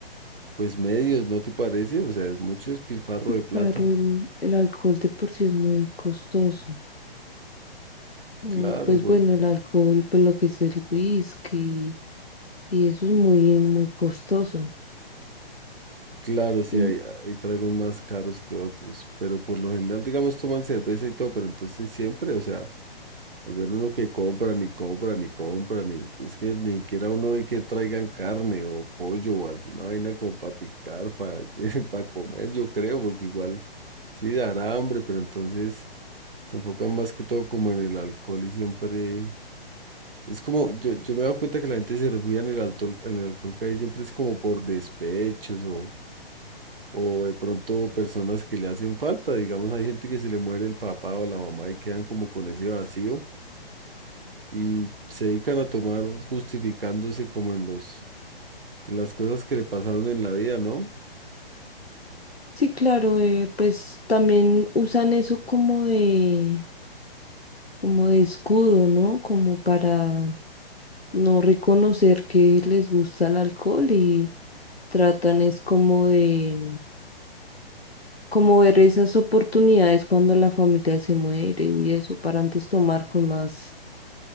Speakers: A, on the right; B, on the left.
A: pues medios, ¿no te parece? O sea, es mucho despilfarro
B: Sí,
A: de plata.
B: claro, el, el alcohol de por sí es muy costoso. O,
A: Claro,
B: pues
A: por,
B: bueno, el alcohol, pues lo que es el whisky, y eso es muy, muy costoso.
A: claro, sí,
B: Y
A: hay, hay tragos más caros que otros, pero por lo general, digamos, toman cerveza y todo, pero entonces siempre, o sea, al ver uno que compra, ni compra, ni compra, ni, es que ni siquiera uno ve que traigan carne o pollo o alguna vaina como para picar, para, <laughs> para comer, yo creo, porque igual sí dará hambre, pero entonces se enfocan más que todo como en el alcohol y siempre... Es como, yo, yo me he dado cuenta que la gente se refugia en el alcohol, en el alcohol casi siempre es como por despechos o, o de pronto personas que le hacen falta, digamos, hay gente que se le muere el papá o la mamá y quedan como con ese vacío y se dedican a tomar justificándose como en los, en las cosas que le pasaron en la vida, ¿no?
B: sí, claro, eh, pues también usan eso como de, como de escudo, ¿no? Como para no reconocer que les gusta el alcohol y tratan es como de, como ver esas oportunidades cuando la familia se muere y eso, para antes tomar con más